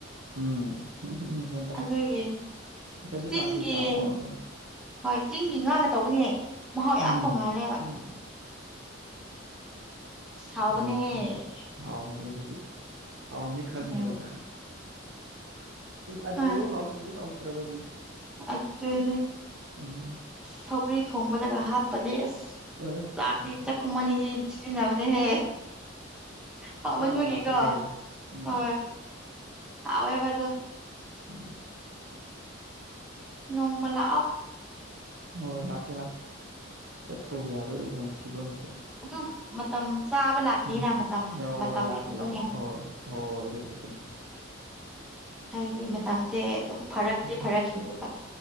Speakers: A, on the right; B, in the centre.
A: ꯎꯝ ꯎꯝ ꯎꯝ ꯍꯦꯟꯇꯥꯛ
B: ꯑꯗꯨꯒꯤ
A: ꯑꯁ ꯑꯗꯨꯗꯤ
B: ꯇꯤꯒꯡ
A: ꯀꯥꯡꯁꯣꯏ ꯆꯥꯕ ꯍꯥꯎꯔꯝꯗꯣꯏꯅꯤ
B: ꯍꯣꯏ ꯆꯤꯡꯒꯤ ꯉꯥꯅ ꯇꯧꯕꯅꯤꯅꯦ ꯃꯍꯥꯎ ꯌꯥꯝ
A: ꯎꯝ
B: ꯇꯣꯡꯉꯥꯜꯂꯦꯕ
A: ꯎꯝ
B: ꯁꯥꯎꯕꯅꯦꯍꯦ
A: ꯑꯅ ꯃꯅꯤꯌꯥꯗꯦ ꯍꯥꯎ ꯃꯅꯤꯌꯥꯗꯦ ꯍꯥꯎꯔꯝꯗꯤ ꯈꯪꯉꯦꯕ
B: ꯎꯝ
A: ꯑꯗꯨꯗꯕꯨ
B: ꯍ
A: ꯍꯥꯎꯇꯕꯗꯤ ꯍꯥꯎꯇꯦ ꯄ꯭ꯔꯕ ꯑꯗꯨ
B: ꯑꯗꯨꯅꯦ ꯑꯁ
A: ꯎꯝ
B: ꯁꯧꯒ꯭ꯔꯤ ꯊꯣꯡꯕꯗꯒ ꯍꯥꯞꯄꯗꯤ ꯑꯁ
A: ꯑꯁ
B: ꯆ ꯏ ꯆ ꯈꯨꯃꯅꯤꯗꯤ ꯏꯠꯁꯤ ꯅꯕꯗ ꯍꯦ ꯍꯃꯅꯤ
A: ꯆꯥꯛꯄꯨ
B: ꯃꯒꯒꯣ
A: ꯂꯥꯝꯈꯠꯂꯛꯑꯦꯗ ꯎꯝ
B: ꯑ ꯍꯥꯎꯦꯕꯗꯨ
A: ꯎꯝ
B: ꯅꯣꯡꯃꯂ ꯑ
A: ꯍꯣꯏ ꯍꯣꯏ ꯂꯥꯛꯀꯦ ꯂꯥꯛꯀꯦ ꯆꯠꯄꯕꯨ ꯌꯥꯗꯣꯔꯤꯕ ꯈꯪ ꯐꯤꯕꯝꯁꯤ
B: ꯑꯗꯨꯝ ꯃꯇꯝ ꯆꯥꯕ ꯂꯥꯛꯈꯤꯅ
A: ꯎꯝ
B: ꯃꯇꯝ
A: ꯑꯣ
B: ꯃꯇꯝꯒꯤ
A: ꯍꯣꯏ ꯂꯥꯛꯀꯦ
B: ꯃꯇꯨꯡ
A: ꯂꯥꯛꯀꯦ ꯍ
B: ꯏꯟꯅ
A: ꯍꯣꯏ ꯍꯣꯏ ꯍꯣꯏ ꯑꯗꯨ ꯆꯨꯝ
B: ꯍꯥꯏꯗꯤ ꯃꯇꯝꯁꯦ ꯑꯗꯨꯝ ꯐꯔꯛꯇꯤ
A: ꯎꯝ
B: ꯐꯔꯛꯈꯤꯅꯦꯕ